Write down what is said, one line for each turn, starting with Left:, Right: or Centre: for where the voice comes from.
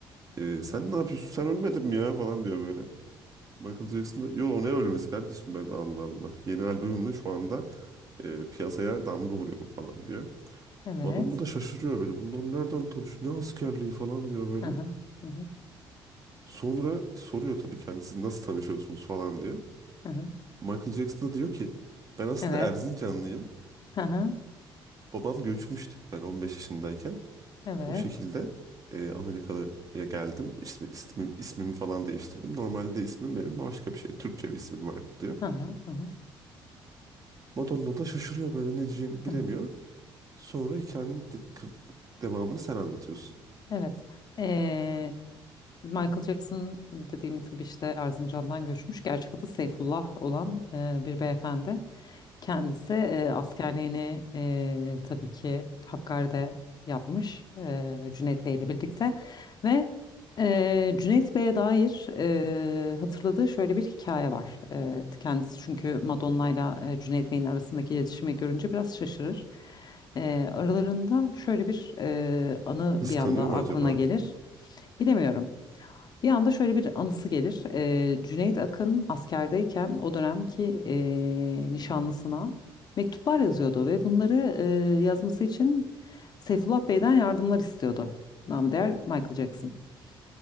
Right: Ee, sen ne yapıyorsun sen ölmedin mi ya falan diyor böyle. Michael Jackson da yo ne ölmesi kardeşim ben Allah Allah. Yeni albümümle şu anda e, piyasaya damga vuruyorum falan diyor.
Left: Evet.
Right: Madonna da şaşırıyor böyle bunlar nereden tanışıyor ne askerliği falan diyor böyle.
Left: Hı hı. Hı hı. Evet.
Right: Sonra soruyor tabii kendisi nasıl tanışıyorsunuz falan diye.
Left: Hı hı. Hı hı. Hı hı.
Right: Michael Jackson da diyor ki ben aslında
Left: Evet.
Right: Erzincanlıyım.
Left: Hı hı.
Right: Babam göçmüştü ben 15 yaşındayken.
Left: Evet.
Right: O şekilde e, Amerika'ya geldim. İsmi, ismim, ismimi falan değiştirdim. Normalde ismim benim başka bir şey. Türkçe bir ismim vardı diyor.
Left: Hı hı. Hı hı.
Right: Madonna da şaşırıyor böyle ne diyeceğini
Left: Hı
Right: bilemiyor.
Left: hı.
Right: Sonra hikayenin de- k- devamını sen anlatıyorsun.
Left: Evet. Ee, Michael Jackson dediğimiz gibi işte Erzincan'dan göçmüş. Gerçek adı Seyfullah olan e, bir beyefendi. Kendisi e, askerliğini e, tabii ki Hakkari'de yapmış e, Cüneyt Bey ile birlikte. Ve e, Cüneyt Bey'e dair e, hatırladığı şöyle bir hikaye var. E, kendisi çünkü Madonna ile e, Cüneyt Bey'in arasındaki iletişimi görünce biraz şaşırır. E, aralarında şöyle bir e, anı
Right: Kıskanıyor
Left: bir anda
Right: mu
Left: aklına
Right: acaba?
Left: gelir. Bilemiyorum. Bir anda şöyle bir anısı gelir. Ee, Cüneyt Akın askerdeyken o dönemki e, nişanlısına mektuplar yazıyordu ve bunları e, yazması için Seyfullah Bey'den yardımlar istiyordu. Namı değer Michael Jackson'dan